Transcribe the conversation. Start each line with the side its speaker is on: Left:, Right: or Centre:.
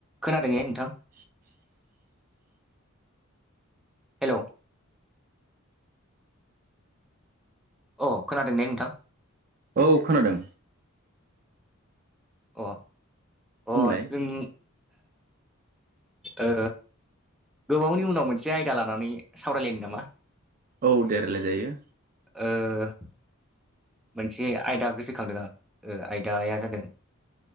Centre: खोनादों एं
Right: <inaudible>
Centre: हेल' अ खोनादों ने नोंथां?
Right: औ खोनादों।
Centre: अ अ
Right: बुंलाय
Centre: जों ओ गोबावनि उनाव मोनसे आयदा लानानै सावरायलायनो नामा?
Right: औ दे रायलायजायो
Centre: ओ मोनसे आयदा गोसोखांदों आं ओ आयदाया जादों